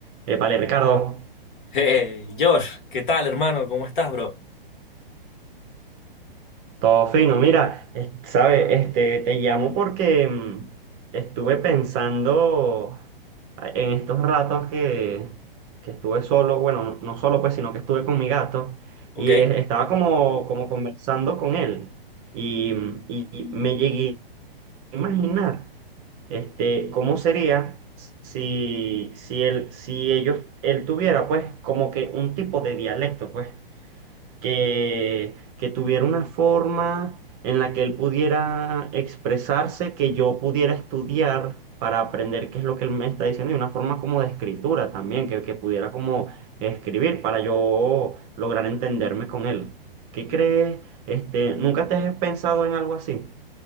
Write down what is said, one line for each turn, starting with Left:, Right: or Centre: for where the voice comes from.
Right: Épale, Ricardo,
Left: Hey, Josh, ¿qué tal, hermano? ¿Cómo estás, bro?
Right: todo fino. Mira, es- sabe, este, te llamo porque mm, estuve pensando en estos ratos que, que estuve solo, bueno, no, no solo pues, sino que estuve con mi gato
Left: ¿Ok?
Right: y eh, estaba como, como conversando con él y, mm, y me llegué a imaginar, este, cómo sería si, si él, si ellos, él tuviera pues como que un tipo de dialecto, pues. que, que tuviera una forma en la que él pudiera expresarse, que yo pudiera estudiar para aprender qué es lo que él me está diciendo y una forma como de escritura también, que, que pudiera como escribir para yo lograr entenderme con él. ¿Qué crees? Este, ¿nunca te has pensado en algo así?